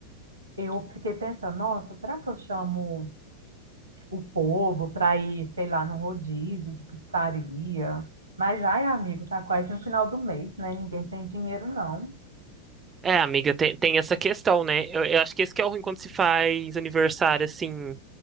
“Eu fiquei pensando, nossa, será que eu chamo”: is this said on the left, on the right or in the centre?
Right